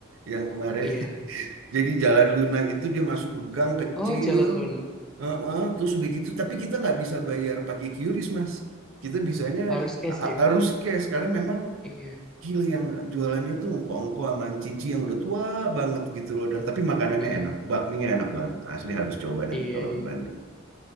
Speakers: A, on the right (about 70°); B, in the centre.
A: yang kemarin
B: Iya.
A: <laughs> jadi jalan Luna itu dia masuk ke gang kecil
B: Oh Jalan Luna
A: Heeh, terus udah gitu tapi kita nggak bisa bayar pakai QRIS mas kita bisanya
B: harus cash
A: ha- ha-
B: ya.
A: harus cash karena memang
B: Iya.
A: Gila yang jualannya tuh ongko-ongko sama cinci yang udah tua banget gitu loh. Dan tapi makanannya
B: Hmm,
A: enak, bakminya enak banget. Asli harus coba nanti
B: iya
A: kalau ke
B: iya.
A: Bandung.